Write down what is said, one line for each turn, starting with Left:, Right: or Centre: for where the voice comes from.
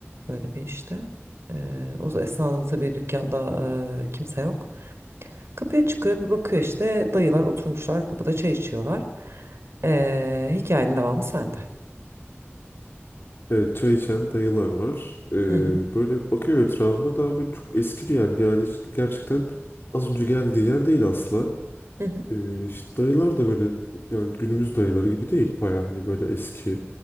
Right: böyle bir işte. Ee, o esnada tabii dükkanda e, kimse yok. Kapıya çıkıyor bir bakıyor işte dayılar oturmuşlar kapıda çay içiyorlar. Ee, hikayenin devamı sende.
Left: Evet çay içen dayılar var. Ee,
Right: Hı hı.
Left: böyle bakıyor etrafına daha böyle çok eski bir yer. Yani işte gerçekten az önce geldiği yer değil asla.
Right: Hı hı.
Left: Ee, işte dayılar da böyle yani günümüz dayıları gibi değil. Baya hani böyle eski